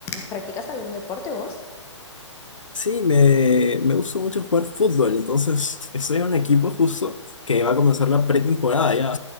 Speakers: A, on the left; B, on the left.
A: practicás algún deporte vos?
B: Sí, me, me gusta mucho jugar fútbol. Entonces, estoy en un equipo justo que va a comenzar la pretemporada ya.